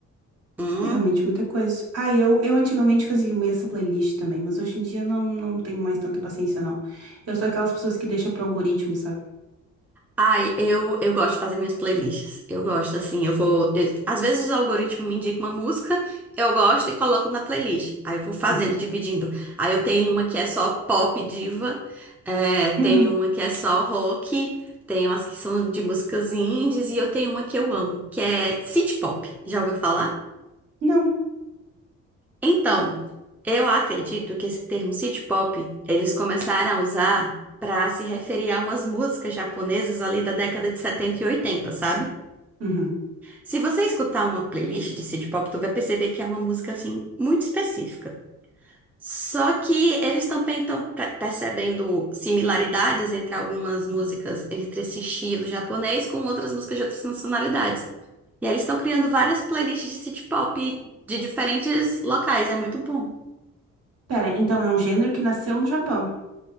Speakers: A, in the centre; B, on the right (about 55°).
A: Hum.
B: é realmente muita coisa. Ah, eu, eu antigamente fazia muito essa playlist também, mas hoje em dia não, não tenho mais tanta paciência, não. Eu sou aquelas pessoas que deixam para algoritmo, sabe?
A: Ai, eu, eu gosto de fazer minhas playlists. Eu gosto, assim, eu vou. eu- às vezes o algoritmo me indica uma música, eu gosto e coloco na playlist. Aí eu vou fazendo,
B: Uhum.
A: dividindo. Aí eu tenho uma que é só pop diva, é,
B: <laughs>
A: tem uma que é só rock, tem umas que são de músicas indies e eu tenho uma que eu amo, que é city pop. Já ouviu falar?
B: Não.
A: Então, eu acredito que esse termo city pop eles começaram a usar. para se referir a umas músicas japonesas ali da década de 70 e oitenta sabe?
B: Uhum.
A: Se você escutar uma playlist de City Pop, tu vai perceber que é uma música assim muito específica. Só que eles também estão percebendo similaridades entre algumas músicas, entre esse estilo japonês com outras músicas de outras nacionalidades. E aí eles estão criando várias playlists de City Pop de diferentes locais, é muito bom.
B: Pera, então é um gênero que nasceu no Japão.